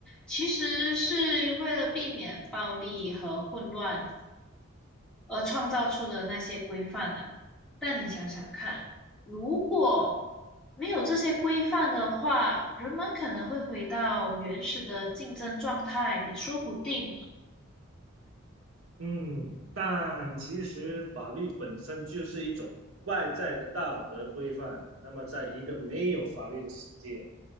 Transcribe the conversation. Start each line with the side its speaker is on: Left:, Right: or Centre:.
Centre: 其实是为了避免暴力和混乱。而创造出的那些规范啊。但你想想看，如果没有这些规范的话，人们可能会回到原始的竞争状态，也说不定。
Right: 嗯，但其实法律本身就是一种外在的道德规范。那么，在一个没有法律的世界，